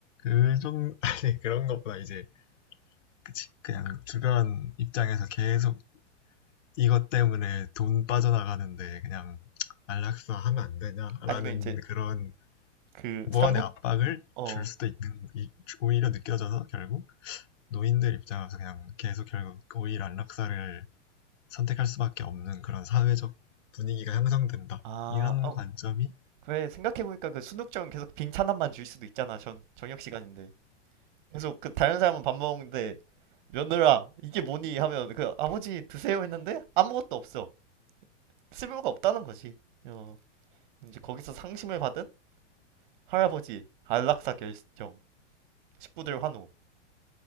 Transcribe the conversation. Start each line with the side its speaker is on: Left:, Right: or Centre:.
Left: 이그좀 <laughs> 아니 그런 것보다 이제 그치 그냥 주변 입장에서 계속 이것 때문에 돈 빠져나가는데 그냥 안락사 하면 안 되냐라는
Right: 아니면 이제
Left: 그런
Right: 그
Left: 무한의
Right: 삼국
Left: 압박을
Right: 어아
Left: 줄 수도 있는 오히려 느껴져서 결국 노인들 입장에서 그냥 계속 결국 오히려 안락사를 선택할 수밖에 없는 그런 사회적 분위기가 형성된다
Right: 어,
Left: 이런 관점이
Right: 그래 생각해보니까 그 순국정은 계속 빈찬함만 줄 수도 있잖아 전 저녁 시간인데 계속 그 다른 사람은 밥 먹는데 며느라 이게 뭐니 하면 그 아버지 드세요 했는데 아무것도 없어 쓸모가 없다는 거지. 어, 이제 거기서 상심을 받은 할아버지 안락사 결정, 식구들 환호.